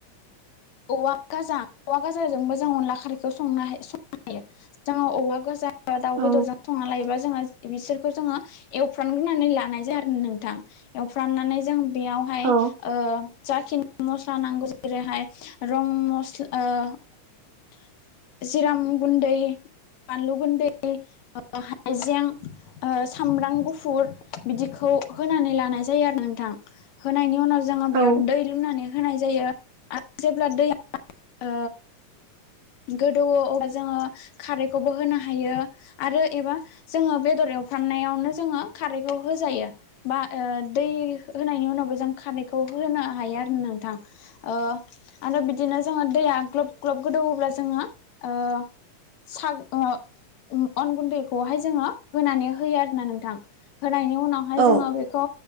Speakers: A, on the left; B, on the right.
A: औवा गाजा औवा गाजाजोंबो जों अनला खारैखौ जों संनो संनो हायो जों औवा गोजा दाउ
B: औ
A: बेदरजों संना लायोबा जोङो बिसोरखौ जोङो एवफ्राम ग्रोनानै लानाय जाया आरो नोंथां। एवफ्रामनानै जों बेयावहाय
B: औ
A: ओ जाखिनि मस्ला नांगौ जेरैहाय रं मस्ला ओ जिरा गुन्दै बानलु गुन्दै हाइजें ओ सामब्राम गुफुर बिदि खौ होनानै लाननाय जायो आरो ना नोंथां होनायनि उनाव जोडों
B: औ
A: बेयाव दै लुनानै होनाय जायो आरो जेब्ला दैया ओ गोदोवौ अब्ला जोङो खारैखौबो होनो हायो आरो एबा जोङो बेदर एफ्रामनायावनो जोडों खारैखौ होजायो बा ओ दै होन्नायनि उनावबो जों खारै खौ होनो हायो आरो नोंथां ओ आरो बिदिनो जोङो दैया ग्लब ग्लब गोदौयोब्ला जोङो ओ - सागु ओ ओम अन गुन्दैखौहाय जोङो होनानै होयो आरोना नोंथां। होनायनि उनावहाय
B: औ
A: जोडों बेखौ